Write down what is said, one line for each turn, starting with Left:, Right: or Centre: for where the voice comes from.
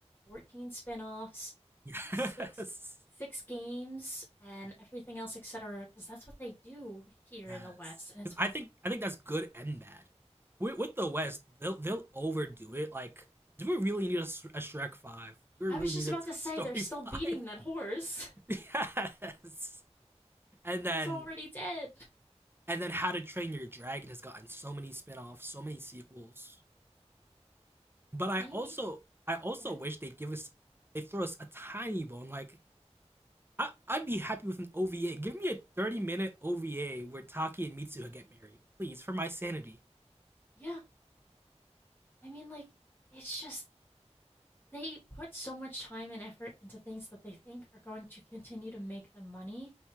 Left: 14 spin-offs,
Right: <laughs>
Left: six
Right: yes,
Left: six games and everything else, etc., because that's what they do here
Right: yes.
Left: in the West. And
Right: Because
Left: it's
Right: I think I think that's good and bad. With, with the West, they'll they'll overdo it. Like, do we really need a, a Shrek five? Do we
Left: I
Right: really
Left: was
Right: need
Left: just
Right: a
Left: about
Right: t-
Left: to
Right: <laughs>
Left: say
Right: Story
Left: they're still
Right: five?
Left: beating that horse. <laughs>
Right: yes. And then
Left: It's already dead.
Right: and then How to Train Your Dragon has gotten so many spin-offs, so many sequels. But I
Left: They
Right: also
Left: need
Right: I also
Left: yeah.
Right: wish they'd give us they throw us a tiny bone. Like I I'd be happy with an OVA. Give me a thirty minute OVA where Taki and Mitsuha get married, please, for my sanity.
Left: yeah. I mean like it's just they put so much time and effort into things that they think are going to continue to make them money,